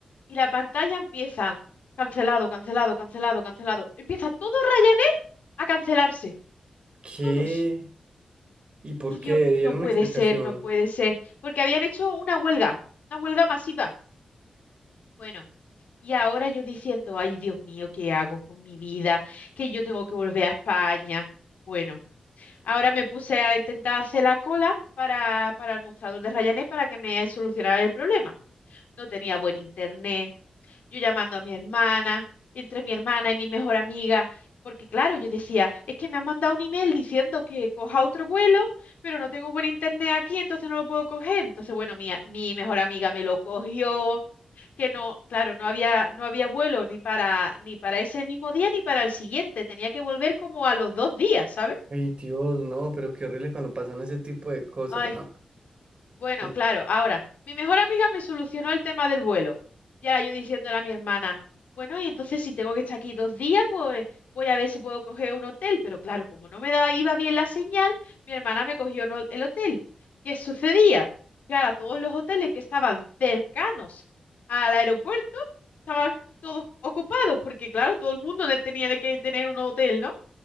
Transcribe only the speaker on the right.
¿Qué?
¿Y por
qué?
¿Dieron
una explicación?
Ay, Dios, no, pero qué horrible cuando pasan ese tipo de cosas.
Ah,
es-